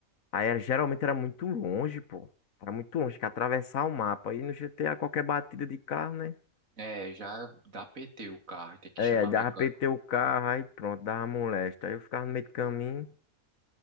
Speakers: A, on the left (about 70°); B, on the right (about 70°).
A: Aí era- geralmente era muito longe, pô. Era muito longe, que atravessar o mapa. Aí no GTA qualquer batida de carro, né?
B: É, já dá PT o carro, tem que
A: É,
B: chamar
A: aí dava
B: mecânico.
A: PT o carro, aí pronto, dava molesta. Aí eu ficava no meio do caminho.